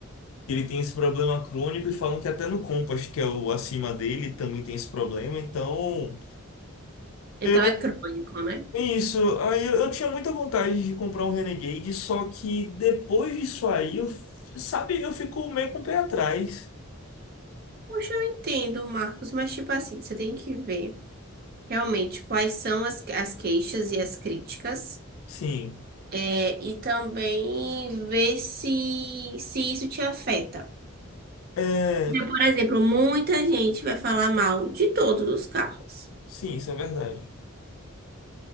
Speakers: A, on the left; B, on the right.
A: Ele tem esse problema crônico e falam que até no Compass, que é o acima dele, também tem esse problema. Então,
B: Então
A: eu
B: é crônico, né?
A: Isso, aí eu, eu tinha muita vontade de comprar um Renegade, só que depois disso aí, eu, f- sabe, eu fico meio com o pé atrás.
B: Poxa, eu entendo, Marcos, mas tipo assim, você tem que ver realmente quais são as, as queixas e as críticas,
A: Sim,
B: é, e também ver se, se isso te afeta.
A: é,
B: Porque, por exemplo, muita gente vai falar mal de todos os carros.
A: sim, isso é verdade.